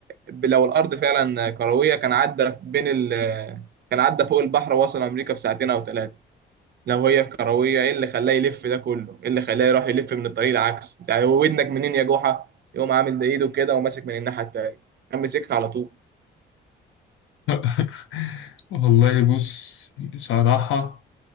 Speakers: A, on the right; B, on the left.
A: ب- لو الأرض فعلا كروية كان عدى بين ال كان عدى فوق البحر ووصل أمريكا في ساعتين أو ثلاثة لو هي كروية إيه اللي خلاه يلف ده كله؟ إيه اللي خلاه يروح يلف من الطريق العكس؟ يعني هو ودنك منين يا جحا؟ يقوم عامل ده إيده كده وماسك من الناحية التانية كان ماسكها على طول
B: <laughs> والله بص صراحة